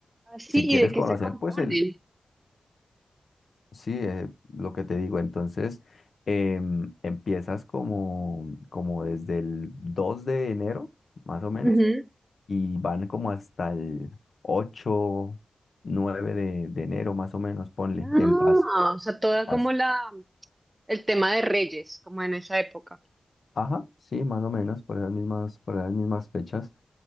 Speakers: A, on the right; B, on the left.
A: Ah, Sí.
B: Si quieres
A: ¿y de qué
B: conocer,
A: se componen?
B: pues el, sí, eh, lo que te digo, entonces em, empiezas como, como desde el 2 de enero, más o menos
A: Ujú.
B: y van como hasta el 8 9 de, de enero más o menos, ponle,
A: Ah,
B: en paz,
A: o sea, toda
B: en paz.
A: como la, el tema de reyes, como en esa época.
B: Ajá, sí, más o menos, por esas mismas, por esas mismas fechas.